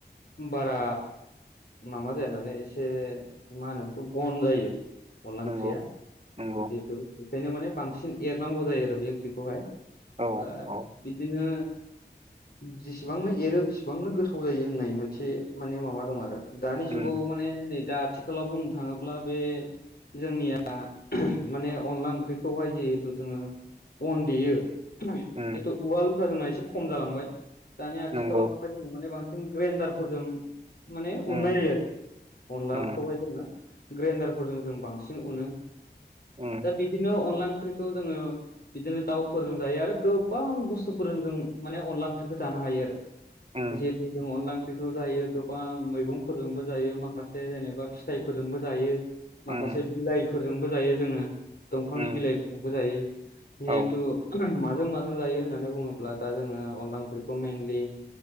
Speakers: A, on the left; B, on the right.
A: बारा माबा जाया नालाय एसे मा होनो बेखौ बन जायो। अनला
B: नंगौ
A: ओंख्रिया
B: नंगौ
A: जिहेथु बेखायनो माने बांसिन एरनांगौ जायो आरो बे ओंख्रिखौहाय।
B: औ
A: बा
B: औ
A: बिदिनो <unintelligible> जेसेबांनो एरो बेसेबांनो गोथाव जायो होननाय मोनसे माने माबा दं आरो। दानि
B: उम
A: जुगाव माने नै दा आथिखालाव बुंनो थाङोब्ला बे जोंनिया माने अनला ओंख्रिखौहाय जिहेथु जोङो। अन देयो
B: उम
A: जिहेथु उवालफ्रा जोंना एसे खम जालांबाय दानि आथिखालावहाय
B: नंगौ
A: जोङो माने बांसिन। ग्रेडारफोरजों माने
B: उम
A: अननाय जायो आरो अनलाखौहाय
B: उम
A: जोङो ग्रेन्दारफोरजों जों बांसिन उनो
B: उम
A: दा बिदिनो अनला ओंख्रिखौ जोङो बिदिनो दाउफोरजों जायो आरो गो बां बुस्थुफोर जों माने अनला ओंख्रिखौ जानो हायो आरो
B: उम
A: जिहेथु जों अनला ओं ओंख्रिखौ जायो गोबां मैगंफोरजोंबो जायो माखासे जेनेबा फिथाइफोरजोंबो जायो। माखासे
B: उम
A: बिलाइफोरजोंबो जायो जोङो दंफांनि
B: उम
A: बिलाइफोरजोंबो जायो। जिहेथु
B: औ
A: माजों मा जों जायो होननानै बुङोब्ला दा जोङो अनला ओंख्रिखौ मइेनलि